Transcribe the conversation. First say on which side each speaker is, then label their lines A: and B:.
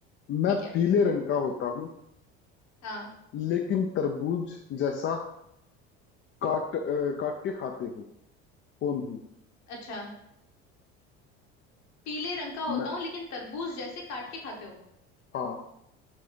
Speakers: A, on the left; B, on the left.
A: ठीक
B: मैं
A: है
B: पीले रंग का होता हूँ
A: हाँ
B: लेकिन तरबूज जैसा काट अ, काट के खाते हो कौन हूँ
A: अच्छा पीले रंग का होता
B: मैं
A: हूँ लेकिन तरबूज जैसे काट के खाते हो
B: हाँ